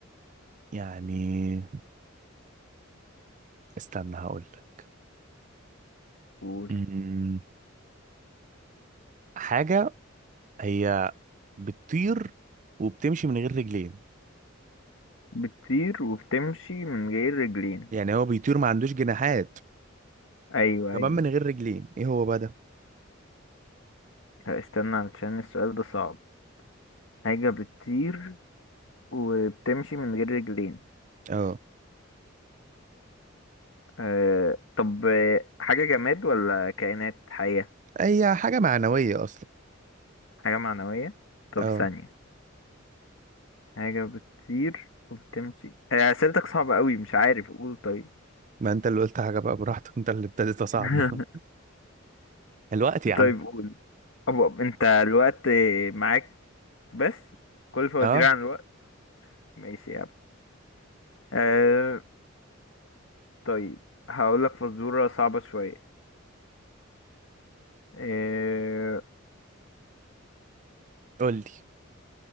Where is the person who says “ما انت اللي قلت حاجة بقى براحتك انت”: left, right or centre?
Right